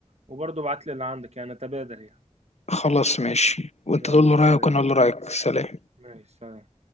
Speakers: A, on the right; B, on the left.
A: وبرضه ابعت لي اللي عندك يعني تبادل يعني
B: خلاص ماشي وانت
A: يلا
B: تقول له رايك
A: سلام
B: وانا اقول له رايك سلام
A: ماشي سلام